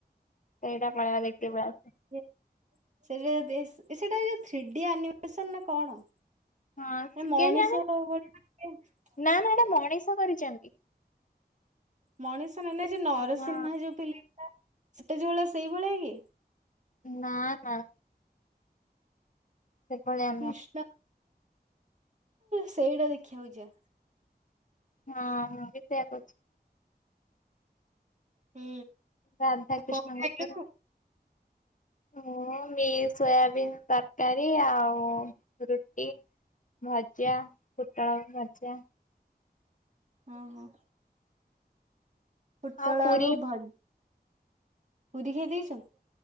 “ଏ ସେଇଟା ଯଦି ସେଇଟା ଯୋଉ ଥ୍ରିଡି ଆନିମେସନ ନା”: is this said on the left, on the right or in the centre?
Right